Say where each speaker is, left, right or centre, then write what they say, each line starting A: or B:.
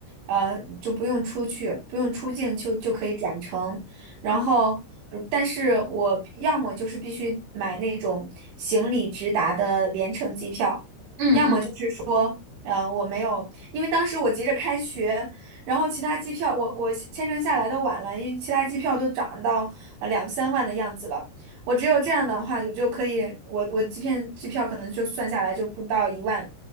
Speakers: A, on the right (about 70°); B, on the right (about 50°).
A: 呃，就不用出去，不用出境就就可以转乘。然后，
B: 啊！
A: 呃但是我要么就是必须买那种行李直达的联程机票，
B: 嗯嗯，
A: 要么就是说，呃，我没有，因为当时我急着开学，然后其他机票我我签证下来的晚了，因为其他机票都涨到呃两三万的样子了。我只有这样的话，你就可以，我我机票机票可能就算下来就不到一万，